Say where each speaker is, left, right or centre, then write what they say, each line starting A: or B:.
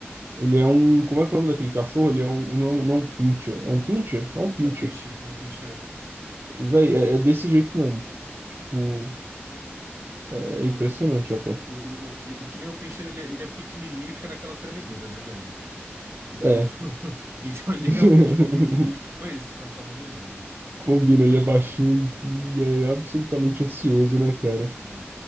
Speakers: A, on the right; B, on the right.
A: ele é um, como é que é o nome daquele cachorro? Ele é um, não, não é um pincher, é um pincher? É um pincher.
B: É o Pinscher, é o Pinscher, é.
A: Véi, é, é desse jeito mesmo. Tipo,
B: É.
A: é, é
B: O,
A: impressionante até.
B: o, o- e, e que nem o Pinscher, ele, ele é pequenininho e fica naquela tremedeira, né, velho? Então,
A: É.
B: <laughs> então ele
A: <laughs>
B: realmente combina muito com esse, pra falar a verdade,
A: Combina, ele é baixinho e, e é absolutamente ansioso, né, cara?
B: né?